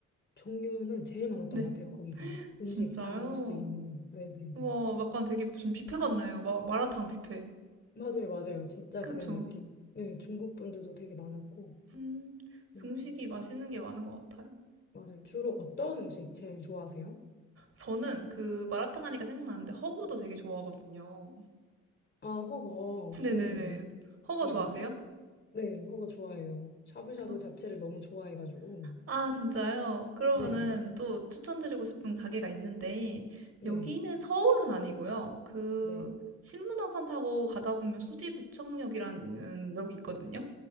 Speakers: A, on the left; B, on the right.
A: 종류는 제일 많았던
B: 네,
A: 것 같아요. 거기가 음식
B: 진짜요?
A: 담을 수 있는. 네네네.
B: 와, 약간 되게 무슨 뷔페 같나요? 마, 마라탕 뷔페.
A: 맞아요, 맞아요. 진짜
B: 그쵸?
A: 그런 느낌. 네, 중국 분들도 되게 많았고.
B: 음,
A: 음,
B: 중식이 맛있는 게 많은 것 같아요.
A: 맞아요. 주로 어떤 음식 제일 좋아하세요?
B: 저는 그 마라탕 하니까 생각나는데 허거도 되게 좋아하거든요.
A: 아, 허거.
B: 네네네.
A: 네네네.
B: 허거
A: 네.
B: 좋아하세요?
A: 네, 허거 좋아해요. 샤브샤브
B: 그-
A: 자체를 너무 좋아해가지고.
B: 아, 진짜요? 그러면은
A: 네,
B: 또 추천드리고 싶은 가게가 있는데,
A: 네,
B: 여기는 서울은 아니고요. 그,
A: 네.
B: 신분당선 타고 가다 보면 수지구청역이라는 역이 있거든요.